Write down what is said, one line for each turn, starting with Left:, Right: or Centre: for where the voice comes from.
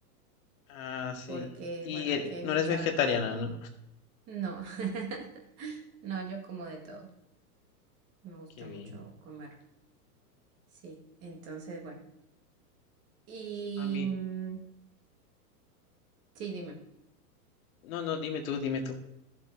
Left: Ah, sí.
Right: porque,
Left: Y
Right: bueno,
Left: eh,
Right: aquí hay
Left: no
Right: mucha,
Left: eres vegetariana, ¿no?
Right: no, <laughs> no, yo como de todo, me gusta
Left: Qué bien.
Right: mucho comer. Sí, entonces, bueno. Y
Left: A mí,
Right: mm, sí, dime.
Left: no, no, dime tú, dime tú.